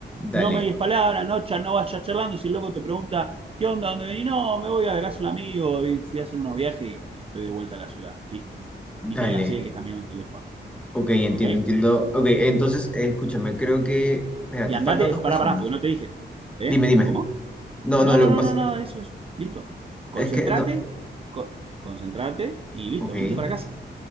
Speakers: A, in the centre; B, on the right.
A: Dale,
B: no medias palabras, no, cha- no vayas charlando. Si el loco te pregunta, ¿qué onda? ¿Dónde venís? No, me voy a la casa de un amigo, fui a hacer unos viajes y, y estoy de vuelta a la ciudad. Listo.
A: dale.
B: Y te hace el que está mirando el teléfono.
A: Ok, entiendo,
B: ¿Ok?
A: entiendo. Ok, entonces, eh, escúchame, creo que... Espérate,
B: Y andate,
A: faltan dos personas.
B: pará, pará, porque no te dije. ¿Eh?
A: Dime, dime.
B: ¿Cómo?
A: No,
B: No,
A: no, lo
B: no,
A: que
B: no,
A: pasa
B: no, nada de eso, eso. Listo. Concentrate,
A: es que no.
B: co- concentrate y listo,
A: Ok.
B: venite para casa.